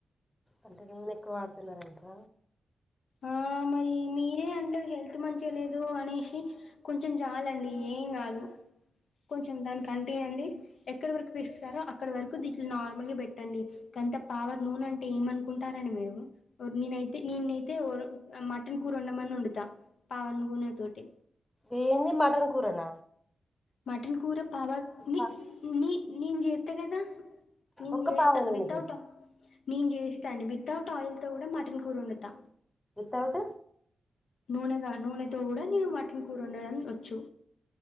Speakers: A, on the left (about 20°); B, on the left (about 80°).
A: అంటే నూనె ఎక్కువ వాడుతున్నారాంట్ర
B: ఆ మరి మీరే <unintelligible> హెల్త్ మంచిగా లేదు అనేసి కొంచెం చాలండి ఏం కాదు కొంచెం దానికి అంటి అండి ఎక్కడి వరకు వస్ అక్కడ వరకు దీట్లో నార్మల్ పెట్టండి కొంత పవ <unintelligible> నూన అంటే ఏమనుకుంటారండి మీరు నేనైతే నేనైతే మటన్ కూర వండమన్న వండుత <unintelligible> తోటి
A: <unintelligible> మటన్ కూరన
B: మటన్ కూర <unintelligible>
A: పా-
B: నీ నేను చేస్తా కద నేను
A: ఒక్క
B: చేస్త
A: పావు నూనె
B: వితౌట్ నేను చేస్త అండి వితౌట్ ఆయిల్తో కూడ మటన్ కూర వండుతా
A: వితౌట్
B: నూనెగ నూనెతో కూడ నేను మటన్ కూర వండడం వచ్చు